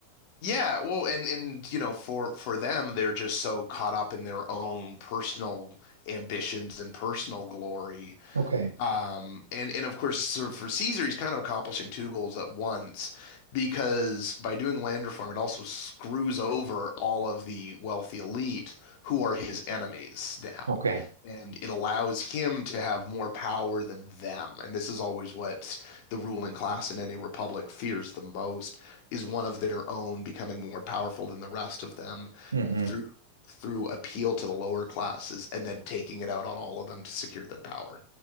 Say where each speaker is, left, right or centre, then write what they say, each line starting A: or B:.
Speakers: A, on the left; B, on the right.
A: Yeah, well, and and you know, for for them, they're just so caught up in their own personal ambitions and personal glory
B: Okay.
A: Um, and and of course, sort of for Caesar, he's kind of accomplishing two goals at once because by doing land reform, it also screws over all of the wealthy elite who are his enemies now,
B: Okay.
A: and it allows him to have more power than them. And this is always what the ruling class in any republic fears the most is one of their own becoming more powerful than the rest of them
B: hmm
A: through through appeal to the lower classes and then taking it out on all of them to secure their power.